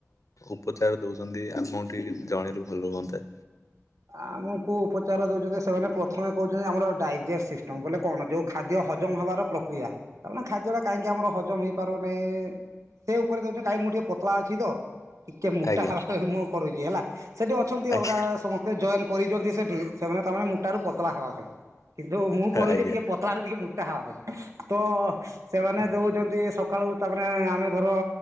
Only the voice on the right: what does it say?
ଆମକୁ ଉପଚାର ଦଉଛନ୍ତି ସେମାନେ ପ୍ରଥମେ କହୁଛନ୍ତି -ଆମର ଡାଇଜେଷ୍ଟ ସିଷ୍ଟମ, ବୋଲେ କଣ ଯୋଉ ଖାଦ୍ୟ ହଜମ ହେବାର ପ୍ରକ୍ରିୟା, ତା ଖାଦ୍ୟ ଟା କାହିଁ ଆମର ହଜମ ହେଇପାରୁନହିଁ, ସେ ଉପରେ ଯଦି କହିବେ, ମୁଁ ଟିକେ ପତଳା ଅଛି ତ। ଟିକେ ମୋଟା
ହବାପାଇଁ ମୁଁ କରୁଛି ହେଲା, ସେଠି ଅଛନ୍ତି
ଅଲଗା ସମସ୍ତେ ଜଏନ କରିଛନ୍ତି ସେଠି, ସେମାନେ ତାମାନେ ମୁଟା ର ପତଳା ହବା ପାଇଁ। କିନ୍ତୁ ମୁଁ କରୁଛି
ଟିକେ ପତଳା ର ଟିକେ ମୋଟା ହବା ପାଇଁ, ତ ସେମାନେ ଦଉଛନ୍ତି ସକାଳୁ ତାମାନେ ଆମେ ଧର